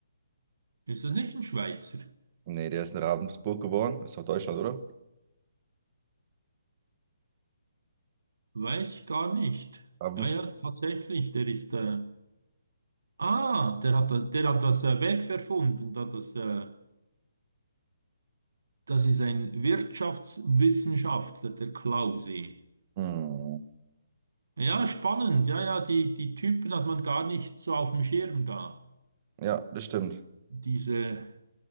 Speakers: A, on the right; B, on the right.
A: Ist das nicht ein Schweizer?
B: Nee, der ist in Ravensburg geboren. Ist doch Deutschland, oder?
A: Weiß ich gar nicht.
B: Ravensburg.
A: Ja, ja, tatsächlich, der ist... Äh, ah, der hat, der hat das äh, WEF erfunden, da das... Äh, Das ist ein Wirtschaftswissenschaftler, der Klause.
B: Hm.
A: Ja, spannend. Ja, ja, die, die Typen hat man gar nicht so auf dem Schirm da.
B: Ja, das stimmt.
A: Diese,